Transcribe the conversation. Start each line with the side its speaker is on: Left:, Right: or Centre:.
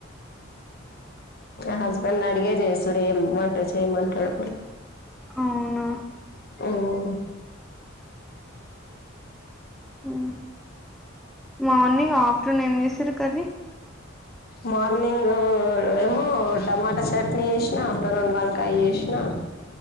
Left: హస్బెండ్ ని అడిగే చేస్తుడు ఏం వంట చెయి మాంటాడో
Centre: అవునా
Left: ఆమ్
Centre: ఉమ్ మార్నింగ్ ఆఫ్టర్నూన్ ఏం చేశారు కర్రి
Left: మార్నింగ్ ఏమో టమాటా చట్నీ ఇంకా అఫ్టర్నూన్ వంకాయ్ చేసి నా